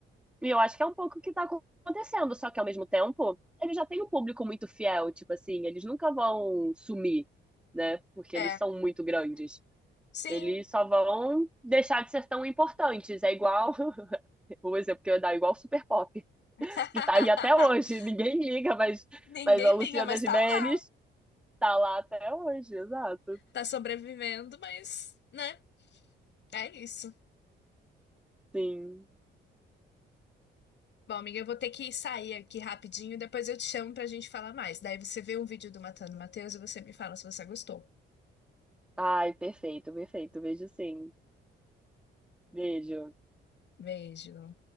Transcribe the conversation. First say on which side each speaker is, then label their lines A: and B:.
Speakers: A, in the centre; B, on the left.
A: E eu acho que é um pouco o que tá acontecendo, só que ao mesmo tempo, eles já têm um público muito fiel, tipo assim, eles nunca vão sumir, né? Porque
B: é,
A: eles são muito grandes.
B: sim.
A: Eles só vão deixar de ser tão importantes. É igual, <laughs> o exemplo que eu ia dar, é igual o Super Pop,
B: <laughs>
A: que tá aí até hoje. Ninguém liga, mas,
B: Ninguém
A: mas a Luciana
B: liga, mas
A: Gimenez
B: tá lá.
A: tá lá até hoje, exato.
B: Tá sobrevivendo, mas, né? É isso.
A: Sim.
B: Bom, amiga, eu vou ter que sair aqui rapidinho, depois eu te chamo pra gente falar mais. Daí você vê um vídeo do Matando Matheus e você me fala se você gostou.
A: Ai, perfeito, perfeito. Vejo sim. Vejo.
B: Beijo.